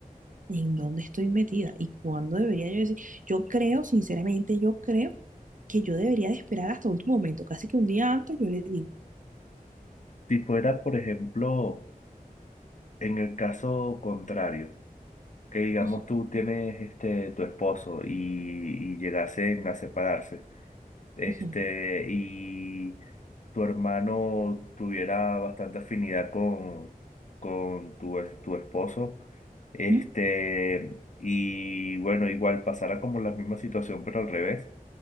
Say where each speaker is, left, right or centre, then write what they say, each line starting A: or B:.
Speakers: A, on the right; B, on the left.
A: en dónde estoy metida y cuándo debería yo decir. Yo creo, sinceramente, yo creo que yo debería de esperar hasta último momento, casi que un día antes yo le digo,
B: Si fuera, por ejemplo, En el caso contrario, que digamos
A: "Ujú,
B: tú tienes este tu esposo y, y llegasen a separarse, este,
A: ujú,
B: y tu hermano tuviera bastante afinidad con, con tu, es- tu esposo, este,
A: ujú,
B: y bueno, igual pasara como la misma situación, pero al revés.